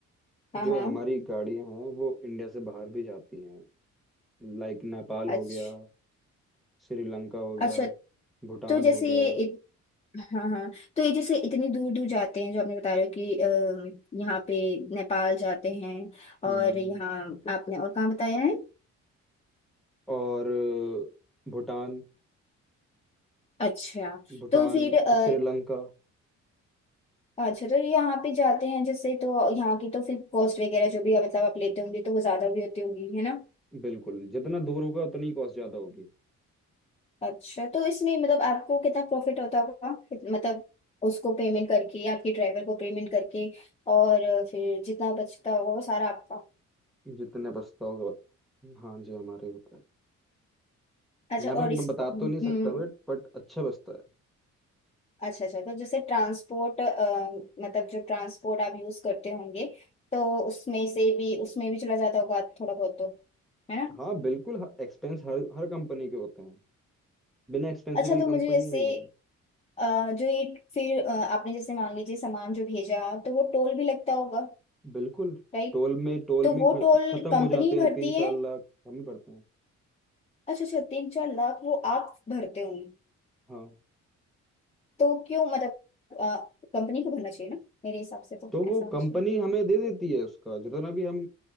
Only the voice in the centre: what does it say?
जो
हमारी गाड़ियाँ हैं वो इंडिया से बाहर भी जाती हैं लाइक नेपाल
हो गया श्रीलंका हो गया
भूटान
हो गया
हम्म
और अ, भूटान
भूटान
श्रीलंका
बिल्कुल जितना दूर होगा उतनी कॉस्ट ज्यादा होगी
जितने बसता होगा उत- हाँ जी हमारे होता है
यहाँ पे
मैं
बता
तो नहीं सकता बट बट अच्छा बसता है
हाँ बिल्कुल एक्सपेंस हर हर कंपनी के होते हैं बिना एक्सपेंस
की कोई
कंपनी
नहीं है
बिल्कुल
टोल में टोल
में
खत,
खत्म
हो जाते
हैं तीन
चार लाख हम ही पड़ते हैं
हाँ
तो वो
कंपनी
हमें दे देती है उसका जितना भी हम